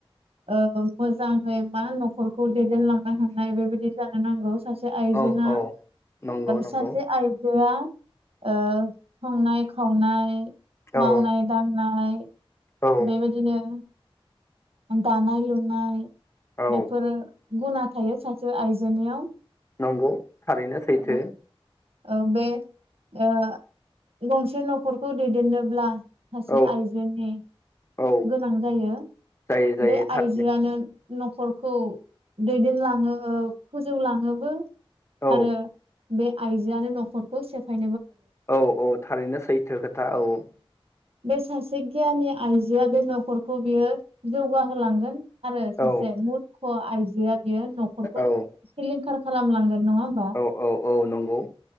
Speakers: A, on the right; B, on the left.
A: ओ मोजाङै मा न'खरखौ दैदेनलांनो हनाय बेबायदि जानो नांगौ। सासे आइजोना,
B: औ औ नंगौ नंगौ
A: सासे आइजोआ ओ संनाय -खावनाय,
B: औ
A: मावनाय -दांनाय
B: औ
A: बेबायदिनो दानाय लुनाय
B: औ
A: बेफोरो गुना थायो सासे आइजोनियाव।
B: नंगौ थारैनो सैथो।
A: औ औ बे ओ गंसे न'खरखौ दैदेननोब्ला सासे
B: औ
A: आइजोनि
B: औ
A: गोनां जायो।
B: जायो जायो
A: बे
B: थारैनो
A: आइजोआनो न'खरखौ दैदेनलाङो, फोजौलाङोबो।
B: औ
A: आरो बे आइजोआनो न'खरखौ सेफाय
B: औ -औ, थारैनो सैथो खोथा औ।
A: बे सासे गियानि आइजोआ बे न'खरखौ बियो जौगाहोलांगोन। आरो सासे
B: औ
A: मुरख' आइजोआ, बियो न'खरखौ
B: औ
A: सिलिंखार खालामलांगोन। नङा होमबा?
B: औ औ औ नंगौ